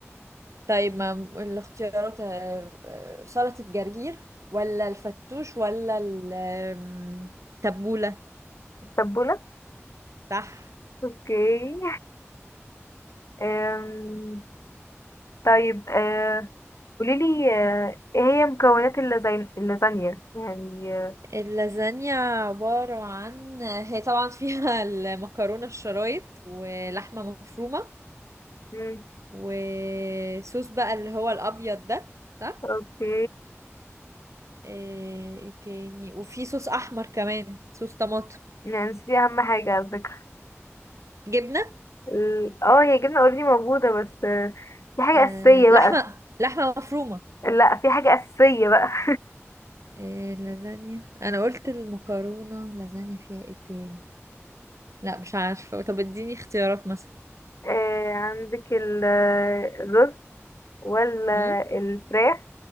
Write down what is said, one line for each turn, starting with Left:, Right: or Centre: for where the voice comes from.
Right: طيب ما الاختيارات آه، آه، سلطة جرجير ولا الفتوش ولا التبولة
Left: التبولة
Right: صح
Left: اوكي أم... طيب أه... قوليلي آه، ايه هي مكونات اللازان- اللازانيا يعني آه،
Right: اللازانيا عبارة عن هي طبعا فيها <laughs> المكرونة الشرايط ولحمة مفرومة
Left: مم،
Right: وصوص بقى اللي هو الأبيض ده صح
Left: اوكي
Right: آه، ايه تاني وفي صوص أحمر كمان صوص طماطم
Left: يعني نسيتي اهم حاجة على فكرة
Right: جبنة
Left: ال- اه هي جبنة اوريدي موجودة بس آه، في حاجة
Right: آه،
Left: اساسية
Right: لحمة
Left: بقى
Right: لحمة مفرومة
Left: لا في حاجة اساسية بقى <laughs>
Right: إيه اللازانيا انا قلت المكرونه اللازانيا فيها ايه تاني لا مش عارفة طب اديني اختيارات مثلا
Left: آه، عندك ال- آه، الرز ولا
Right: امم
Left: الفراخ